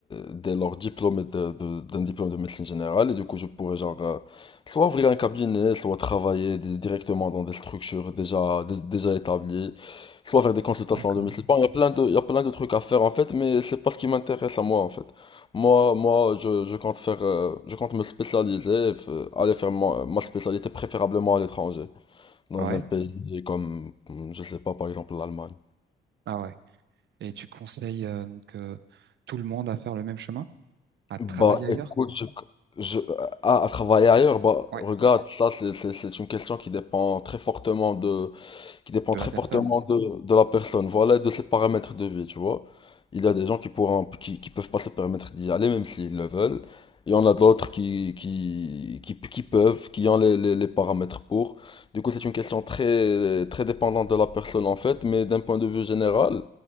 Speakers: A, on the left; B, on the right.
A: dès lors diplômé de- de- d'un diplôme de médecine générale et du coup je pourrai genre euh, soit ouvrir un cabinet, soit travailler di- directement dans des structures déjà, dé- déjà établies, soit faire des consultations
B: D'accord.
A: à domicile. Bon, il y a plein de, il y a plein de trucs à faire en fait, mais c'est pas ce qui m'intéresse à moi en fait. Moi, moi, je, je compte faire, euh, je compte me spécialiser, f- aller faire ma, ma spécialité préférablement à l'étranger, dans
B: Ah ouais?
A: un pays comme, hmm, je sais pas, par exemple l'Allemagne.
B: Ah ouais. Et tu conseilles euh, donc euh, tout le monde à faire le même chemin, à travailler
A: Bah,
B: ailleurs?
A: écoute, je, je- à, à travailler ailleurs, bah,
B: Ouais.
A: regarde, ça, c'est, c'est, c'est une question qui dépend très fortement de, qui dépend
B: De
A: très
B: la personne
A: fortement de, de la personne, voilà, et de ses paramètres de vie, tu vois. Il y a des gens qui pourront, qui, qui peuvent pas se permettre d'y aller, même s'ils le veulent. Il y en a d'autres qui, qui, qui, qui peuvent, qui ont les, les, les paramètres pour. Du coup, c'est une question très, très dépendante de la personne, en fait, mais d'un point de vue général,